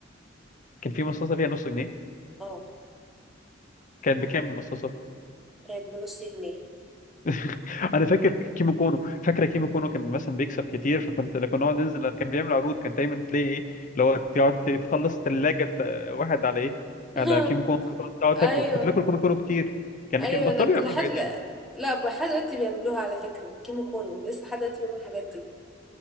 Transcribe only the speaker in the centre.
اه
كانت بنص جنيه
<laughs>
ايوه
ايوه
انا كل
حد
لا
لا لحد دلوقتي بيعملوها على فكرة كيمو كونو لسه لحد دلوقتي بيعمل الحاجات دي